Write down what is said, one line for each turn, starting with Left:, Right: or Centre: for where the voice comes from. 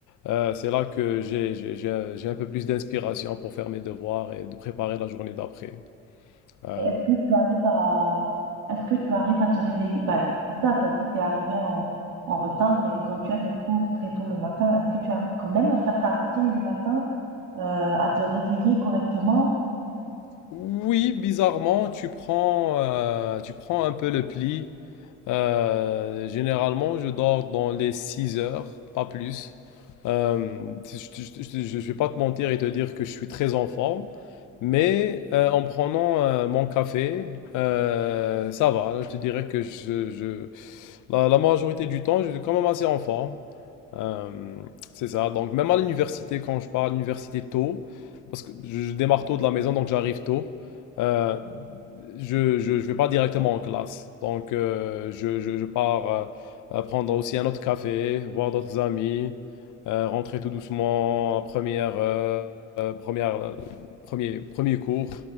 Left: euh, c'est là que j'ai j'ai- j'ai un j'ai un peu plus d'inspiration pour faire mes devoirs et de préparer la journée d'après. Euh,
Right: Mais est-ce que tu arrives à est-ce que tu arrives à te réveiller? Ben, c'est ça, T'as dit que t'es arrivé en en retard, mais quand tu as des cours très tôt le matin, est-ce que tu arrives quand même à faire ta routine du matin, heu, à te réveiller correctement?
Left: Oui, bizarrement, tu prends, euh, tu prends un peu le pli. Euh, généralement, je dors dans les 6 heures, pas plus. Euh, je ne vais pas te mentir et te dire que je suis très en forme, mais euh, en prenant euh, mon café, euh, ça va. Je te dirais que je, je- la, la majorité du temps, je suis quand même assez en forme. Euh, c'est ça. Donc, même à l'université, quand je pars à l'université tôt, parce que je démarre tôt de la maison, donc j'arrive tôt, euh, je, je, je vais pas directement en classe. Donc, euh, je, je, je pars euh, euh, prendre aussi un autre café, voir d'autres amis, euh, rentrer tout doucement, en première, euh, euh, première, euh, premier, premier cours.